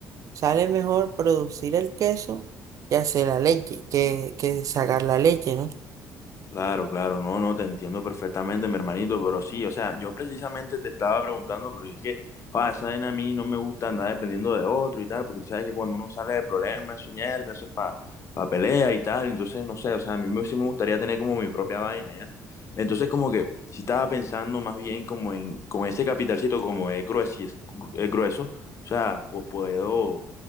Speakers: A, on the right; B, on the left.
A: sale mejor producir el queso que hacer la leche, que, que sacar la leche, ¿no?
B: Claro, claro, no, no, te entiendo perfectamente, mi hermanito, pero sí, o sea, yo precisamente te estaba preguntando, porque es que, ah, esa vaina a mí no me gusta andar dependiendo de otro y tal, porque tú sabes que cuando uno sale de problemas, eso es mierda, eso es para pelea y tal, entonces, no sé, o sea, a mí me, sí me gustaría tener como mi propia vaina, ¿ya? Entonces, como que, sí estaba pensando más bien como en, con ese capitalcito, como es grueso, es grueso, o sea, po- puedo